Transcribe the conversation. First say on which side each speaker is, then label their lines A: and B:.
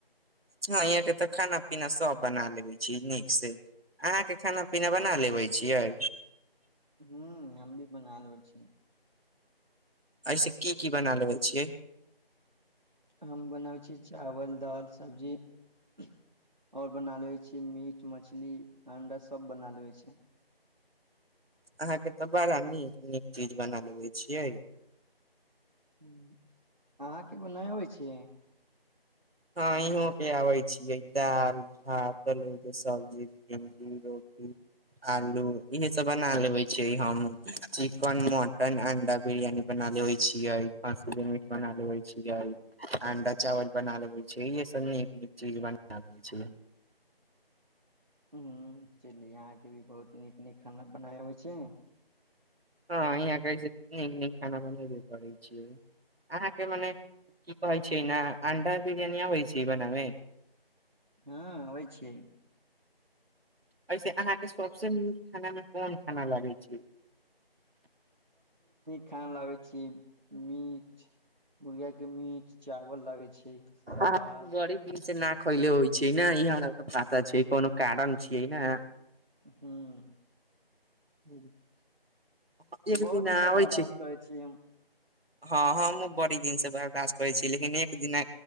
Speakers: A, on the right; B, on the right.
A: हँ यहाँ के तऽ खाना पीना सब बना लेबे छी नीक से अहाँके खाना पीना बना लेबै छियै
B: ह हमभि बना लेबैय छियै
A: एहि स की की बना लेबै छियै
B: हम बनबै छी चावल दालि सब्जी आओर बना ले छी मीट मछली अंडा सभ बना लेबै छी
A: अहाँके तऽ बड़ा नीक नीक चीज बना लेबै छियै
B: ह अहाँके बनाबे आबै छियै
A: हँ इहों पर आबै छियै दालि भात तके सब्जी भिंडी रोटी <unintelligible> आलू इहे सब बना लेबे छी हम चिकन मटन अंडा बिरयानी बना लै छियै खसी के मीट बना लेे छियै अंडा चावल बना ले छै छै सब नीक नीक चीज बनबै छै
B: ह चली यहाँके भी बहुत नीक नीक खाना बनाय आबै छै
A: हँ अहाँ कहै नीक नीक खाना बनाबे करै छियै अहाँके मने की कहै छियै ने अण्डा बिरियानि आबै छै बनामे
B: हँ अबै छियै
A: एहिसे अहाँके सभसँ नीक खानामे कोन खाना लागै छै
B: खान लागे छी मीट मुर्गिया के मीट चावल लागे छै सलाद
A: आ बड़ी द से नाक खैले होइ छै ने इह हम पाता छै कोनो कारण छियै न
B: हँ
A: <unintelligible> एक
B: बहुत
A: दिन
B: ही
A: आबै
B: सब बर्दाश्त
A: छी
B: करै छी हम
A: हँ हम बड़ी दिन से बर्दाास्त करे छी लेकिन एक दिना